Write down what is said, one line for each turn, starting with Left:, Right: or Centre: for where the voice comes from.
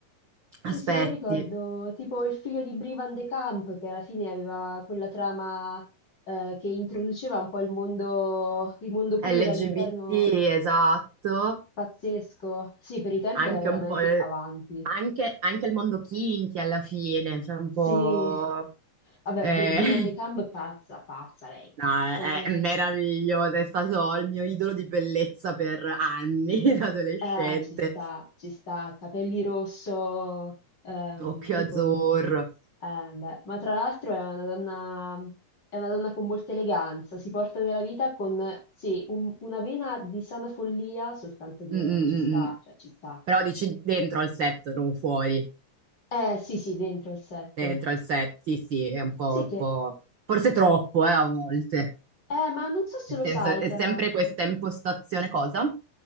Left: Sì,
Right: aspetti.
Left: sì, io ricordo tipo il figlio di Brie Van de Camp che alla fine aveva quella trama eh, che introduceva un po' il mondo, il mondo queer
Right: LGBT,
Left: all'interno
Right: esatto,
Left: pazzesco. Sì, per i tempi
Right: anche
Left: era veramente
Right: un po', eh,
Left: avanti.
Right: anche, anche il mondo kinky alla fine, cioè un
Left: Sì,
Right: po'...
Left: vabbè,
Right: eh,
Left: Br- Brie
Right: <laughs>
Left: Van de Camp pazza, pazza lei.
Right: no,
Left: Come
Right: è, è meraviglioso, è stato il mio idolo di bellezza per anni <laughs> da adolescente,
Left: eh, ci sta, ci sta, capelli rosso, ehm,
Right: occhio
Left: tipo
Right: azzurro.
Left: Eh, beh, ma tra l'altro è una donna, è una donna con molta eleganza, si porta nella vita con, sì, un- una vena di sana follia, soltanto che
Right: Mm, mm,
Left: ci
Right: mm,
Left: sta,
Right: mm.
Left: cioè ci sta.
Right: Però dici dentro al set, non fuori.
Left: Eh, sì, sì, dentro al set.
Right: Dentro al set, sì, sì, è un po',
Left: Sì che,
Right: un po'... Forse troppo, eh, a volte.
Left: eh, ma non so se
Right: Nel
Left: lo
Right: senso,
Left: sai,
Right: è
Left: tra
Right: sempre
Left: l'altro,
Right: questa impostazione, cosa?